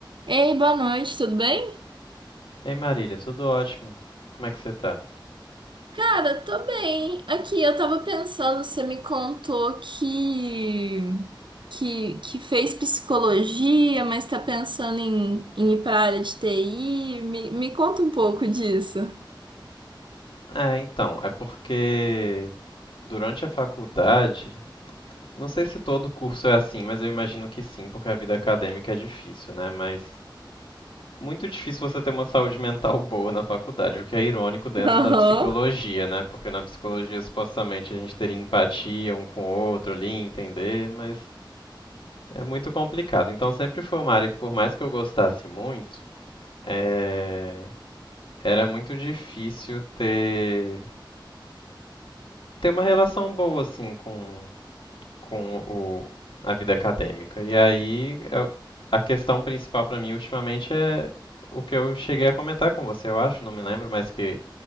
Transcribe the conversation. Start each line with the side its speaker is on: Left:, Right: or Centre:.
Right: Ei, boa noite, tudo bem?
Left: Ei Marília, tudo ótimo. Como é que você tá?
Right: Cara, tô bem. Aqui, eu tava pensando, você me contou que que, que fez psicologia, mas tá pensando em, em ir pra área de TI. Me, me conta um pouco disso.
Left: É, então, é porque durante a faculdade, não sei se todo curso é assim, mas eu imagino que sim, porque a vida acadêmica é difícil, né? Mas muito difícil você ter uma saúde mental boa na faculdade, o que é irônico dentro
Right: Aham.
Left: da psicologia, né? Porque na psicologia supostamente a gente teria empatia um com o outro ali, entender, mas é muito complicado. Então sempre foi uma área que por mais que eu gostasse muito, é, Era muito difícil ter ter uma relação boa assim com com o a vida acadêmica. E aí eu- a questão principal para mim ultimamente é o que eu cheguei a comentar com você, eu acho, não me lembro, mas que